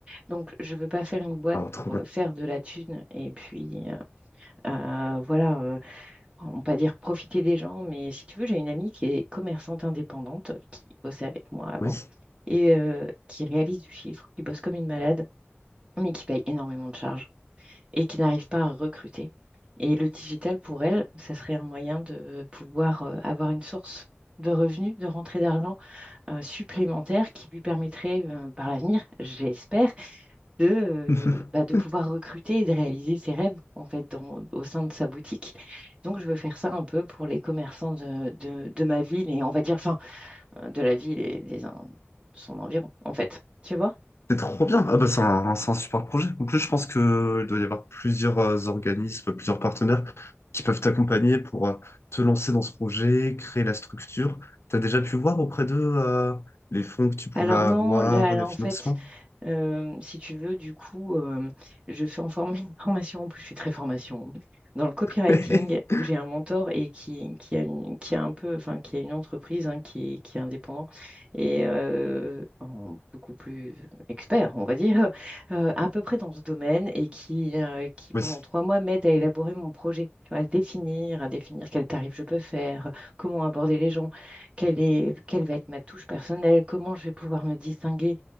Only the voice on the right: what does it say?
Donc, je ne veux pas faire une boîte
pour
euh, faire de la thune et puis, euh, euh, voilà, euh, Enfin, on pas dire profiter des gens, mais si tu veux, j'ai une amie qui est commerçante indépendante, qui bossait avec moi avant,
et euh, qui réalise du chiffre, qui bosse comme une malade, mais qui paye énormément de charges et qui n'arrive pas à recruter. Et le digital, pour elle, ça serait un moyen de pouvoir euh, avoir une source de revenus, de rentrée d'argent euh, supplémentaire qui lui permettrait euh, par l'avenir, j'espère, de, euh,
bah, de pouvoir recruter et de réaliser ses rêves en fait dans- au sein de sa boutique. Donc je veux faire ça un peu pour les commerçants de, de, de ma ville et on va dire, enfin, euh, de la ville et des, en- son environ en fait. Tu vois?
Alors
non, là, là
en
fait, euh, si tu veux, du coup, euh, je fais en form- <laughs> une formation, en plus je suis très formation, dans le copywriting,
où j'ai un mentor et qui, qui a, une- qui a un peu, enfin, qui a une entreprise hein, qui, est, qui est indépendant et euh, en- beaucoup plus expert, on va dire, <laughs> euh, à peu près dans ce domaine et qui, euh, qui pendant
trois mois m'aide à élaborer mon projet, tu vois, à le définir, à définir quel tarif je peux faire, comment aborder les gens quelle est, quelle va être ma touche personnelle, comment je vais pouvoir me distinguer